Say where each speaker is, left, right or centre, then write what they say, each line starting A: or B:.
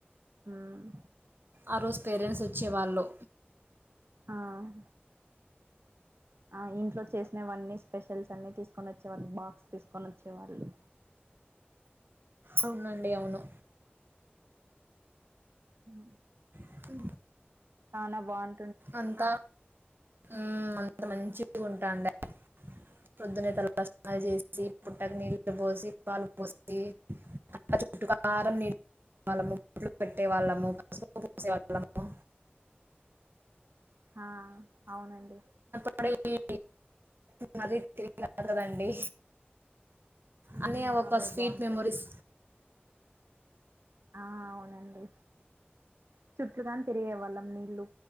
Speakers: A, on the right (about 80°); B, on the right (about 60°).
A: ఊహ్
B: ఆ రోజ్ పేరెంట్స్ వచ్చే వాళ్ళు
A: ఆహ్ ఆ ఇంట్లో చేసినవన్నీ స్పెషల్స్ అన్నీ తీసుకొని వచ్చేవాళ్ళు బాక్స్ తీసుకొని వచ్చేవాళ్ళు
B: అవునండి అవును
A: హుమ్
B: ఇ
A: న బాన్
B: అంతా ఉమ్ అంత మంచి ఉంటాండె పొద్దునయితె చేసి జీ పుట్టక్ నీల్ బోసి పాలు పోసి అ చుట్టు కారం నీళ్ముట్లు పెట్టే వాళ్ళ ముసుపు పూసేవాళ్ళము
A: హా అవునండి
B: అప్పుడు ఈ మరి తిరిగినార్ కదండి
A: మ్
B: అన్యయ్య ఒక
A: అవే
B: స్వీట్
A: బాగుంటాయి
B: మెమొరీస్
A: ఆ అవునండి చుట్లు గని తిరిగే వాళ్ళం నీళ్ళు